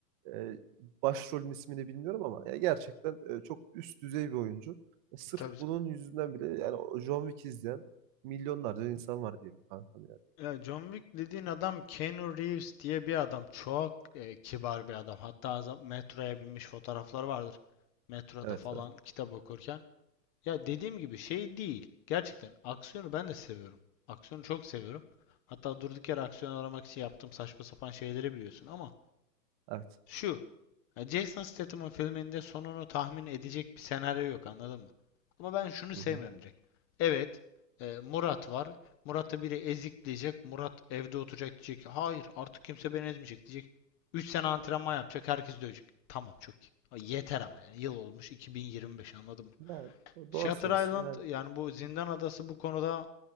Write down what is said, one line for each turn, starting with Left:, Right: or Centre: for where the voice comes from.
Right: e, başrolün ismini bilmiyorum ama ya gerçekten e, çok üst düzey bir oyuncu. E, sırf
Left: Tabii
Right: bunun yüzünden bile yani o John Wick izleyen milyonlarca insan var diyelim kankam yani.
Left: Ya John Wick dediğin adam Keanu Reeves diye bir adam. Çok e, kibar bir adam. Hatta az- metroya binmiş fotoğrafları vardır. Metroda
Right: Evet
Left: falan
Right: evet.
Left: kitap okurken. Ya dediğim gibi şey değil. Gerçekten aksiyonu ben de seviyorum. Aksiyonu çok seviyorum. Hatta durduk yere aksiyon aramak için yaptığım saçma sapan şeyleri biliyorsun ama
Right: Evet.
Left: şu ya Jason Statham'ın filminde sonunu tahmin edecek bir senaryo yok anladın mı? Ama ben şunu sevmem
Right: Hı hı.
Left: direkt. Evet e, Murat var. Murat'ı biri ezikleyecek. Murat evde oturacak diyecek. ki, Hayır artık kimse beni ezmeyecek diyecek. 3 sene antrenman yapacak. Herkes dövecek. Tamam çok iyi. Ay, Yeter ama yani. Yıl olmuş 2025 anladın mı?
Right: Yani
Left: Shutter
Right: doğru söylüyorsun
Left: Island
Right: yani.
Left: yani bu Zindan Adası bu konuda